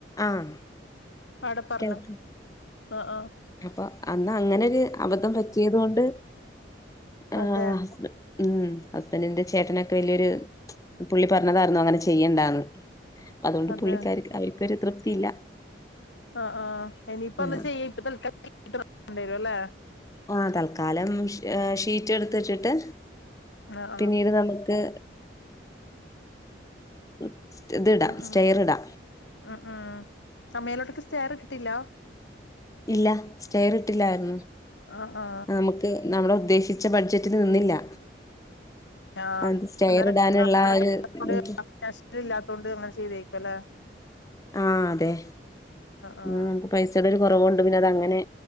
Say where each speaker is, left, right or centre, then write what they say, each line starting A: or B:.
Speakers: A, on the left (about 20°); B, on the left (about 85°).
A: ആഹ്
B: അടെ പർഞ്ഞോ
A: കേൾക്ക
B: ആഹ് ആഹ്
A: അപ്പൊ അന്ന് അങ്ങനൊരു അബദ്ധം പറ്റിയത് കൊണ്ട് ആഹ്
B: അതെ
A: ഉം ഹസ്ബന്റിന്റെ ചേട്ടനൊക്കെ വലിയൊരു പുള്ളി പറഞ്ഞതായിരുന്നു അങ്ങനെ ചെയ്യണ്ടാന്ന് അതുകൊണ്ട്
B: അതെ
A: പുള്ളിക്കാരിക്ക അവര്ക്കൊരു തൃപ്തിയില്ല
B: ആഹ് ആഹ് ഇനിയിപ്പം
A: ആഹ്
B: എന്താ ചെയ്യാ ഇപ്പ തൽക്കാലത്തേക്ക് <unintelligible> അല്ലേ
A: ആഹ് തൽക്കാലം ഷീറ്റ് ഇട്ത്തിട്ടിട്ട്
B: ആ ആ
A: പിന്നീട് നമുക്ക് ഹേ ഇത്ടാ
B: ഉം ഉം
A: സ്റ്റെയറ്ടാ
B: ഉം ഉം അമ്മേലോട്ടെക്ക് സ്റ്റെയർ കിട്ടില്ല
A: ഇല്ല സ്റ്റെയറ് ഇട്ടില്ലായിരുന്നു.
B: ആ ആ
A: നമുക്ക് നമ്മള് ഉദ്ദേശി ച്ച ബഡ്ജറ്റില് നിന്നില്ല
B: ആഹ്
A: അത് സ്റ്റെയർ
B: അന്നേരം
A: ഇടാനുള്ള
B: <unintelligible>
A: ഒരു
B: അങ്ങനെ ചെയ്ത് പല
A: ആഹ് അതെ
B: ആ
A: നമുക്ക് പൈസയുടെ ഒരു കോറവുണ്ട് പിന്നെ അത അങ്ങനെ